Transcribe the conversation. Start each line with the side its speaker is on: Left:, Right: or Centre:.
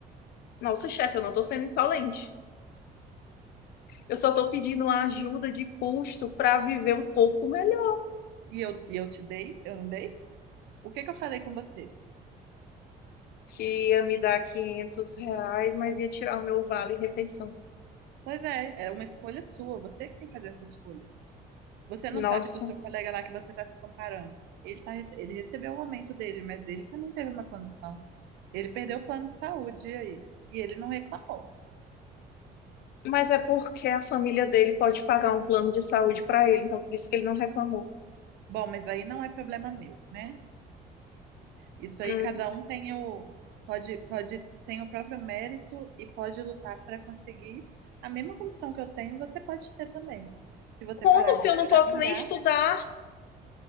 Left: Nossa, chefe, eu não tô sendo insolente. Eu só tô pedindo uma ajuda de custo para viver um pouco melhor.
Right: e eu, e eu te dei, eu não dei? O que que eu falei com você?
Left: que ia me dar 500 reais, mas ia tirar o meu vale refeição.
Right: Pois é, é uma escolha sua, você que tem que fazer essa escolha. Você
Left: Nossa,
Right: não sabe se o seu colega lá que você está se comparando, ele tá, rece- ele recebeu o aumento dele, mas ele também teve uma condição. Ele perdeu o plano de saúde e aí, e ele não reclamou.
Left: mas é porque a família dele pode pagar um plano de saúde para ele, então por isso que ele não reclamou.
Right: Bom, mas aí não é problema meu, né? Isso aí
Left: Hum.
Right: cada um tem o pode pode tem o próprio mérito e pode lutar para conseguir a mesma condição que eu tenho, você pode ter também. Se você
Left: Como
Right: parar
Left: se
Right: de choramingar,
Left: eu não posso nem estudar?